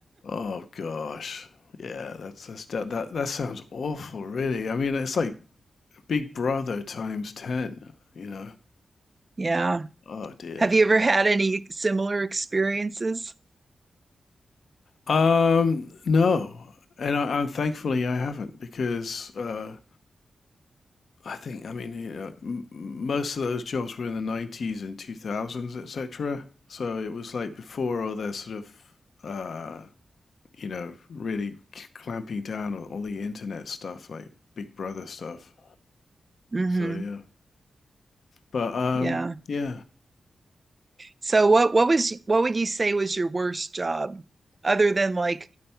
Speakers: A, on the left; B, on the right.
A: Oh gosh. Yeah, that's that's that that, that sounds awful, really. I mean, it's like Big Brother times 10, you know.
B: yeah.
A: Oh dear.
B: Have you ever had any similar experiences?
A: Um, no. And I, I'm thankfully I haven't because uh I think I mean, you know, m m- most of those jobs were in the 90s and 2000s, etc. So it was like before all their sort of uh, you know, really c- clamping down on all the internet stuff, like Big Brother stuff.
B: Mm-hmm.
A: So yeah. But um,
B: Yeah.
A: yeah.
B: So what what was what would you say was your worst job, other than like